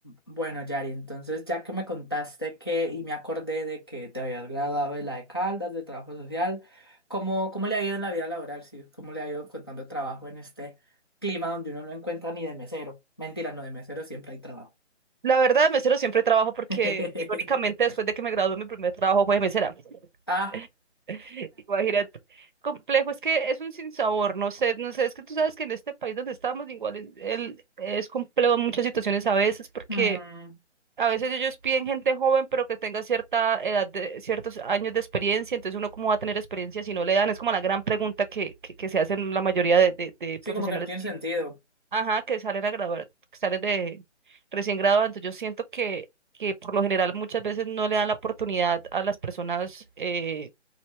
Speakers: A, on the left; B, on the right.
A: Bueno, Yari, entonces ya que me contaste que y me acordé de que te habías graduado de la de Caldas, de trabajo social, ¿cómo, cómo le ha ido en la vida laboral? Sí, ¿cómo le ha ido encontrando trabajo en este clima donde uno no encuentra ni de mesero? Mentira, no de mesero siempre hay trabajo.
B: La verdad, de mesero siempre trabajo porque,
A: <laughs>
B: irónicamente, después de que me gradué, mi primer trabajo fue de mesera. <laughs>
A: Ah,
B: Imagínate. Complejo, es que es un sinsabor, no sé, no sé, es que tú sabes que en este país donde estamos, igual el, el- es complejo en muchas situaciones a veces, porque
A: mm,
B: a veces ellos piden gente joven, pero que tenga cierta edad, de, ciertos años de experiencia, entonces uno cómo va a tener experiencia si no le dan, es como la gran pregunta que, que, que se hacen la mayoría de, de, de profesionales
A: sí, como que no tiene sentido.
B: Ajá, que salen a grabar, que salen de recién graduados. Entonces yo siento que, que por lo general muchas veces no le dan la oportunidad a las personas eh,